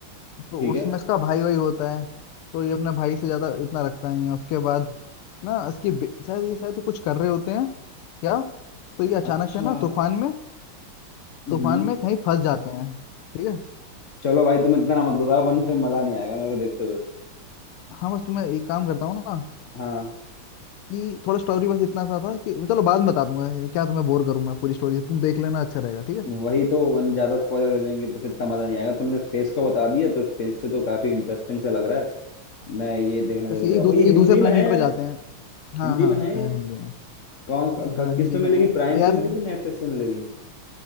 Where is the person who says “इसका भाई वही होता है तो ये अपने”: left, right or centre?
Left